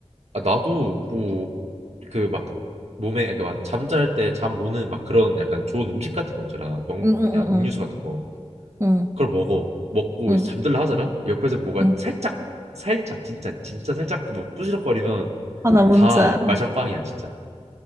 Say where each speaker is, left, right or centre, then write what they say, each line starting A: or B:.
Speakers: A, on the right; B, on the right.
A: 아, 나도 뭐 그 막 몸에 그러니까 막 잠잘 때 잠 오는 막 그런 약간 좋은 음식 같은 거 있잖아. 영
B: 응, 응,
A: 뭐냐
B: 응,
A: 음료수 같은 거.
B: 응,
A: 그걸 먹어. 먹고
B: 응,
A: 이제
B: 응.
A: 잠들라 하잖아. 옆에서 뭐가
B: 응.
A: 살짝 살짝 진짜 진짜 살짝 뭐 부시럭거리면
B: 아, 나 뭔지
A: 다
B: 알아.
A: 말짱 꽝이야 진짜.